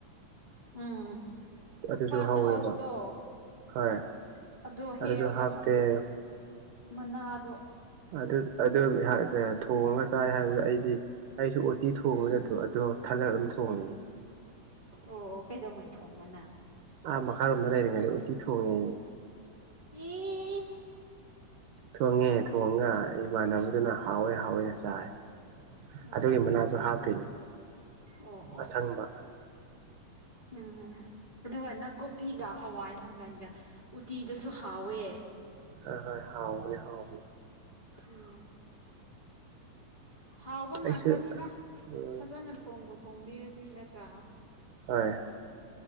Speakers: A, on the left (about 15°); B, on the right (about 75°).
A: ꯎꯝ
B: ꯑꯗꯨꯁꯨ
A: ꯄꯥꯠꯇ
B: ꯍꯧꯋꯦꯕ
A: ꯍꯧꯕꯗꯣ
B: ꯍꯣꯏ
A: ꯑꯗꯨꯗꯣ
B: ꯑꯗꯨꯁꯨ
A: ꯍꯦꯒ
B: ꯍꯥꯞꯄꯦ
A: ꯃ ꯃꯅꯥ ꯑ ꯑꯗꯨ
B: ꯑꯗꯨ ꯑꯗꯨ ꯊꯣꯡꯉꯒ ꯆꯥꯏ ꯍꯥꯏꯕꯗ ꯑꯩꯗꯤ ꯑꯩꯁꯨ ꯎꯇꯤ ꯊꯣꯡꯕꯗ
A: ꯎꯝ
B: ꯑꯗꯨ ꯑꯗꯣ ꯊꯜꯂꯒ ꯑꯗꯨꯝ ꯊꯣꯡꯉꯤꯅꯦ
A: ꯑꯣ ꯀꯩꯗꯧꯉꯩ ꯊꯣꯡꯕꯅ
B: ꯑꯥ ꯃꯈꯥꯔꯣꯝꯗ ꯂꯩꯔꯤꯉꯩꯗ ꯎꯇꯤ ꯊꯣꯡꯉꯦ ꯍꯥꯏ
A: ꯏ
B: ꯊꯣꯡꯉꯦ ꯊꯣꯡꯉ ꯏꯃꯥꯟꯅꯕꯗꯨꯅ ꯍꯥꯎꯋꯦ ꯍꯥꯎꯋꯦꯅ ꯆꯥꯏ
A: ꯑꯣ
B: ꯑꯗꯨꯒꯤ ꯃꯅꯥꯁꯨ ꯍꯥꯞꯄꯤꯅꯤ
A: ꯑꯣ ꯑꯣ
B: ꯑꯁꯪꯕ
A: ꯎꯝ ꯑꯗꯨꯒ ꯅꯥꯀꯨꯞꯄꯤꯒ ꯍꯋꯥꯏ ꯃꯪꯒꯟꯒ ꯎꯇꯤꯗꯁꯨ ꯍꯥꯎꯋꯦ
B: ꯍ ꯍꯣꯏ ꯍꯥꯎꯕꯅꯦ ꯍꯥꯎꯕꯅꯦ
A: ꯎꯝ ꯁꯥꯎꯕ
B: ꯑꯩꯁꯨ
A: ꯉꯥꯛꯇꯅꯤꯗ
B: ꯎꯝ
A: ꯐꯖꯅ ꯊꫭꯡ ꯊꯣꯡꯕꯨ ꯊꯣꯡꯝꯕꯤꯔꯗꯤ ꯅꯠꯇ꯭ꯔꯥ
B: ꯍꯣꯏ